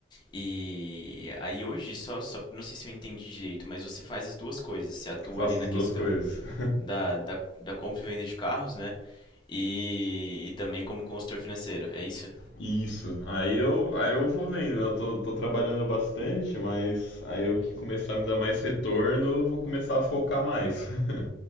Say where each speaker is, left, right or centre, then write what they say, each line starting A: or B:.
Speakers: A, on the left; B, on the left.
A: E aí hoje, só, só não sei se eu entendi direito, mas você faz as duas coisas. Você atua
B: faço
A: ali na
B: as
A: questão
B: duas coisas. <laughs>
A: da, da, da compra e venda de carros, né? E, e também como consultor financeiro, é isso?
B: Isso. Aí eu, aí eu vou vendo, né? Eu tô, tô trabalhando bastante, mas aí eu que começar a me dar mais retorno, eu vou começar a focar mais. <laughs>